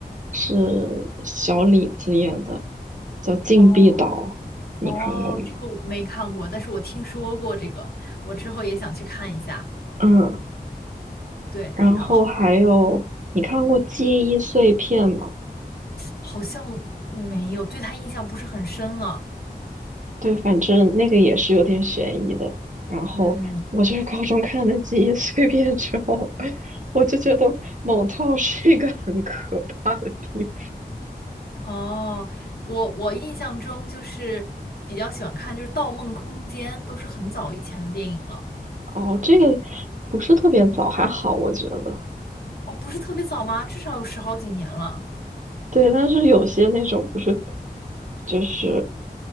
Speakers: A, on the right; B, on the left.
A: 是小李子演的，叫《禁闭岛》，
B: 哦
A: 你看过吗？
B: 哦，这个我没看过，但是我听说过这个，我之后也想去看一下。
A: 嗯，
B: 对，
A: 然后还有你看过《记忆碎片》吗？
B: 然后好像没有，对他印象不是很深了。
A: 对，反正那个也是有点悬疑的。然后我就是高中看的《记忆碎片》之后，
B: 嗯，
A: <laughs> 我就觉得某套是一个很可怕的地
B: 哦，我我印象中就是比较喜欢看就是《盗梦空间》，都是很早以前的电影了。
A: 方。哦，这个不是特别早，还好我觉得。
B: 哦，不是特别早吗？至少有十好几年了。
A: 对，但是有些那种不是，就是